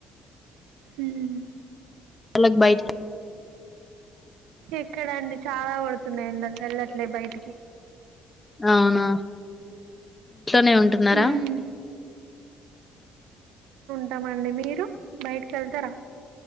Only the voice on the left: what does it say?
అలగ బయిట్
అవునా నే ఉంటున్నారా